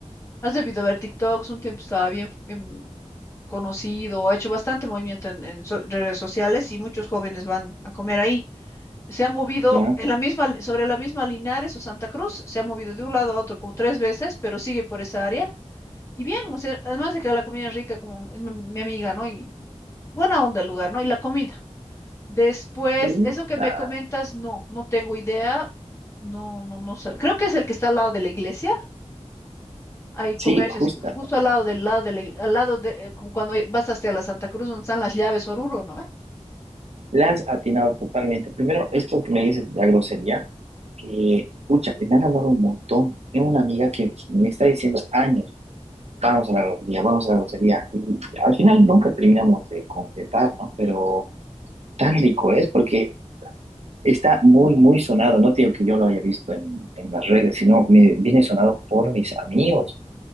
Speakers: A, on the left; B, on the right.
A: Has debido ver TikToks, un tiempo estaba bien, bien conocido, ha hecho bastante movimiento en, en so- redes sociales y muchos jóvenes van a comer ahí. Se ha movido
B: ya.
A: en la misma, li- sobre la misma Linares o Santa Cruz, se ha movido de un lado a otro como tres veces, pero sigue por esa área. Y bien, o sea, además de que la comida es rica, como mi mi amiga, ¿no? Y buena onda el lugar, ¿no? Y la comida. Después,
B: Justa.
A: eso que me comentas, no, no tengo idea. No, no, no sé. Creo que es el que está al lado de la iglesia. Hay comercios
B: Sí, justa.
A: y justo al lado del lado de la, ig- al lado de, eh, como cuando vas hasta la Santa Cruz, donde están las llaves Oruro, ¿no? ve?
B: La has atinado totalmente. Primero, esto que me dices de la grosería, que, pucha, me han hablado un montón. Tengo una amiga que me está diciendo años. Vamos a la grosería, vamos a la grosería. Y al final nunca terminamos de completar, ¿no? Pero tan rico es porque está muy, muy sonado. No te digo que yo lo haya visto en, en las redes, sino me viene sonado por mis amigos.